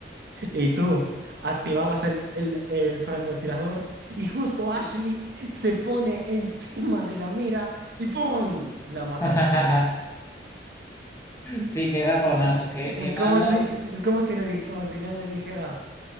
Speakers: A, on the right; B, on the left.
A: Y tú activabas el, el, el francotirador y justo Ashley se pone encima de la mira y ¡pum! La mataste.
B: <laughs> Sí, qué garronazo, qué,
A: Es
B: qué
A: como
B: malo.
A: si, es como si le di- como si Leon le dijera,